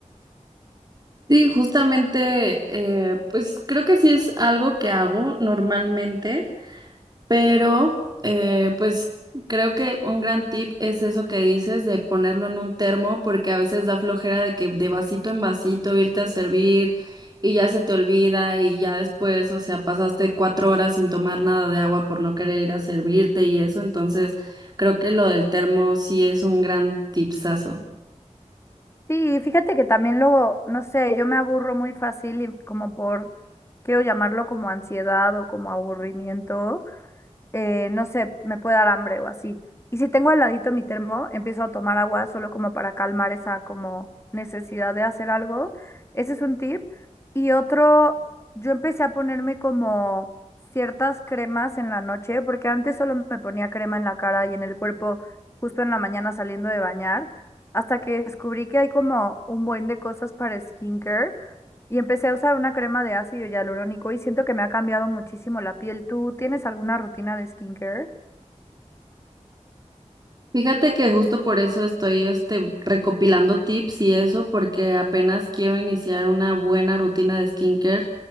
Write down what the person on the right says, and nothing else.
Sí, justamente, eh, pues creo que sí es algo que hago normalmente. Pero, eh, pues creo que un gran tip es eso que dices de ponerlo en un termo, porque a veces da flojera de que de vasito en vasito irte a servir y ya se te olvida y ya después, o sea, pasaste cuatro horas sin tomar nada de agua por no querer ir a servirte y eso. Entonces, creo que lo del termo sí es un gran tipsazo.
Fíjate que justo por eso estoy este, recopilando tips y eso, porque apenas quiero iniciar una buena rutina de skincare.